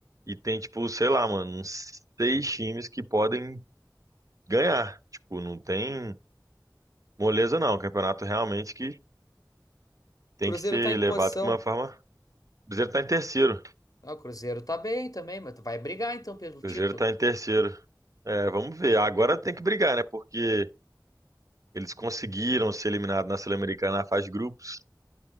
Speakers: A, on the right; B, on the left.
A: e tem, tipo, sei lá, mano, uns seis times que podem ganhar. Tipo, não tem moleza, não. O campeonato realmente que tem
B: Cruzeiro
A: que ser
B: tá em que
A: levado
B: posição?
A: com uma forma. O Cruzeiro tá em terceiro. O
B: Ah, o Cruzeiro tá bem também, mas tu vai brigar então pelo
A: Cruzeiro
B: título.
A: tá em terceiro. É, vamos ver. Agora tem que brigar, né? Porque eles conseguiram ser eliminados na Sul-Americana na fase de grupos.